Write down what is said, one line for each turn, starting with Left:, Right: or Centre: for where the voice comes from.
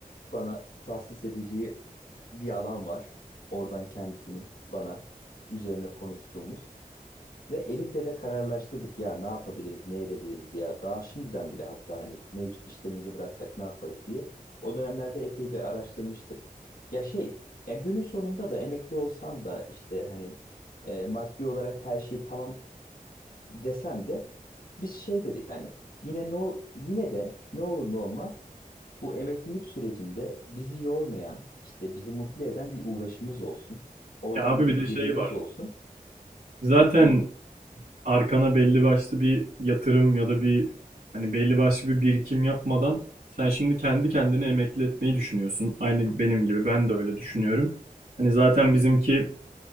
Left: bana tahsis edeceği bir alan var. Oradan kendisinin bana üzerine konuştuğumuz. Ve Elif'le de kararlaştırdık ya ne yapabiliriz, ne edebiliriz diye. Daha şimdiden bile hatta hani mevcut işlerimizi bıraksak ne yaparız diye. O dönemlerde epey bir araştırmıştık. Ya şey, ya günün sonunda da emekli olsan da işte hani e, maddi olarak her şey tamam desen de biz şey dedik hani yine ne ol- yine de ne olur ne olmaz bu emeklilik sürecinde bizi yormayan, işte bizi mutlu eden bir uğraşımız olsun. Oradan
Right: Ya abi
Left: da
Right: bir
Left: bir
Right: de
Left: gelirimiz
Right: şey var.
Left: olsun.
Right: Zaten
Left: Hı.
Right: arkana belli başlı bir yatırım ya da bir hani belli başlı bir birikim yapmadan sen şimdi kendi kendine emekli etmeyi düşünüyorsun. Aynı benim gibi ben de öyle düşünüyorum. Hani zaten bizimki